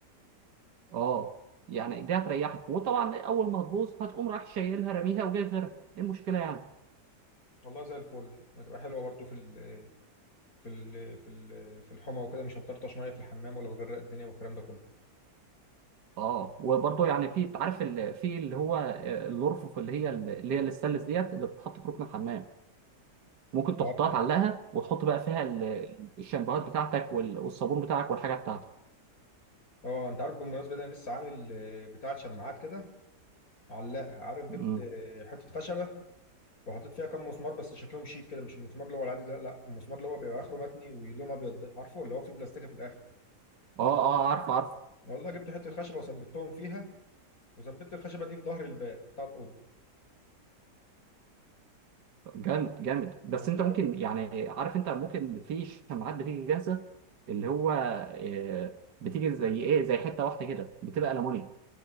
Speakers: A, on the right; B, on the left.
A: اه يعني دي هتريحك وطبعا اول ما هتبوظ هتقوم رايح شايلها راميها وجايب غيرها ايه المشكله يعني
B: والله زي الفل هتبقى حلوه برضو في ال... في ال في ال في الحمى وكده مش هتطرطش ميه في الحمام ولا بغرق الدنيا والكلام ده كله
A: اه وبرضه يعني في عارف ال- في اللي هو آه، الأرفف اللي هي اللي هي الستانلس ديت اللي بتتحط في ركن الحمام ممكن تحطها
B: اه
A: تعلقها وتحط بقى فيها ال- الشامبوهات بتاعتك وال- والصابون بتاعك والحاجه بتاعتك
B: آه، انت عارف بالمناسبه ده انا لسه عامل آه، بتاعه شماعات كده علاقه عارف جبت
A: مم.
B: آه، حته خشبه وحطيت فيها كام مسمار بس شكلهم شيك كده مش المسمار اللي هو العادي ده لا المسمار اللي هو بيبقى اخره متني ولونه ابيض ده عارفه اللي هو فيه بلاستيكه في الاخر
A: اه اه عارف عارف
B: والله جبت حته خشبه وثبتهم فيها وثبت الخشبه دي في ظهر الباب بتاع الاوضه
A: جامد جامد بس
B: والله
A: انت ممكن يعني عارف انت ممكن في شماعات بتيجي جاهزه اللي هو آه، بتيجي زي ايه زي حته واحده كده بتبقى الومنيوم